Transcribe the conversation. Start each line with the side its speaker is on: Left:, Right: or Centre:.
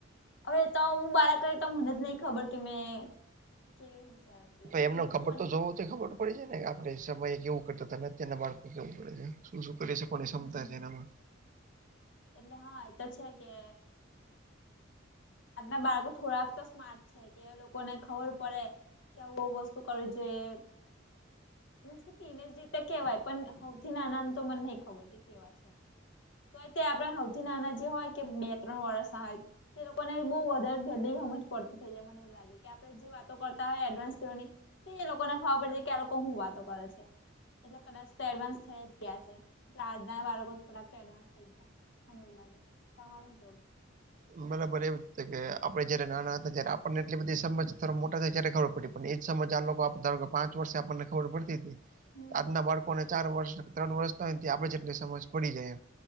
Left: હવે તો હું બાળક તો મને જ નહી ખબર કે મે કેવી હોશિયાર હતી
Right: તો
Left: એટલી
Right: એમનો
Left: બધી
Right: ખબર
Left: મને
Right: તો જોવો તે ખબર પડે છે ને આપડે સમયે કેવું કરતા તાને અત્યારના બાળકો કેવું કરે છે. શું કરી સે
Left: હમ
Right: કોને ક્ષમતા છે એનામાં
Left: એટલે હા એ તો છે કે આના બાળકો થોડાક તો સ્માર્ટ છે. કે લોકોને ખબર પડે કે આવું આવું વસ્તુ કરવી જોઈએ મ પીને જ રીતે કેવાય પણ હૌથી નાના તો મને નહીં ખબર કે કેવા છે. તોય તે આપણે હવથી નાના જે હોય કે બે ત્રણ વર્ષ હોય ને બહુ વધારે વેલી જ પડતી થઈ જાય મને એવું લાગે કે આપણે જે વાતો કરતા હોય એડવાન્સ તેવાની તે એ લોકોને ખબર પડે છે કે લોકો હું વાતો કરે છે. એટલે કદાચ તો એડવાન્સ થઈ જ ગયા છે આજ બાળકો થોડાક એડવાન્સ થઈ ગયા મને એવું લાગે તમારું હું કેવું છે?
Right: બરાબર એવું છે કે આપે જયારે નાના હતા ત્યારે આપણને એટલી બધી સમજ થ મોટા થાય ત્યારે ખબર પડી પણ એ જ સમજ આ લોકો આપ ધારો કે પાંચ વર્ષે આપણને ખબર પડતી હતી
Left: હમ
Right: આજના બાળકો ને ચાર વર્ષ ત્રણ વર્ષ થય ને આપડે જેટલી સમજ પડી જાય